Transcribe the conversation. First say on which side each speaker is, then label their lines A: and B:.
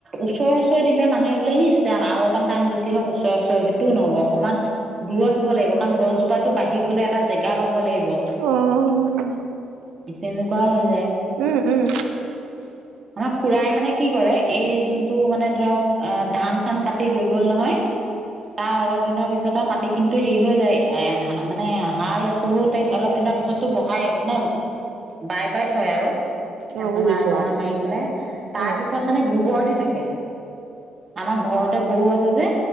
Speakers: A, on the right (about 35°); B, on the right (about 80°).
A: ওচৰৰে ওচৰে দিলে মানুহে বোলে ই আৰু অকণমানান বেছি হওঁক ওচৰেৰ ওচৰেৰ সিটো নহ'ব, অকণমান দূৰত হ'ব লাগিব কাৰণ গছজোপা বাঢ়িবলৈ এটা জেগা পাব লাগিব,
B: উম
A: তেনেকুৱা হৈ যায়।
B: উম উম।
A: আমাৰ খুৰাই মানে কি কৰে, এই যোনটো মানে ধৰক অ ধান চান কাটি হৈ গ'ল নহয় তাৰ অলপ দিনৰ পিছতে মাটি খিনি হেৰি হৈ যায় এ মানে হাল চৰু টাইপ অলপ দিনৰ পিছততো বহাই মানে বাই বাই থয় আৰু।
B: অ'
A: এচাহা
B: বুজিছো
A: এচাহা
B: অ'
A: মাৰি পেলাই, তাৰ
B: উম
A: পিছত মানে গোবৰ দি থাকে। আমাৰ ঘৰতে গৰু আছে যে